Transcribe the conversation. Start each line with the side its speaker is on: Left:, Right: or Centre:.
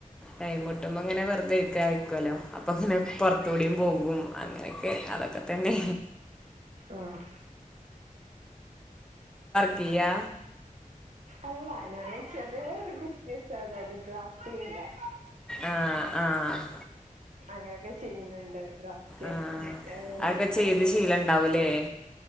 Centre: ടൈമ് കിട്ടുമ്പോ ഇങ്ങനെ വെറ്തെ ഇര്ക്കാ ക്കല്ലോ അപ്പൊ അങ്ങനെ പൊർത്തൂടിം പോകും അങ്ങനെയൊക്കെ അതൊക്കെ തന്നെ
Right: ആഹ്
Centre: ക്കിയാ
Right: അല്ല ഞാന് ചെറ്യോരു ബിസിനസ് അതായത് ഗ്രാഫില്ലേ
Centre: ആഹ് ആഹ്
Right: അങ്ങനെയൊക്കെ ചെയ്യ്ണ്ണ്ട് ഗ്രാഫ്റ്റെ
Centre: ആഹ് അതൊക്കെ
Right: മറ്റേ
Centre: ചെയ്ത്
Right: കൊറിയറായി
Centre: ശീലം ഉണ്ടാവൂലേ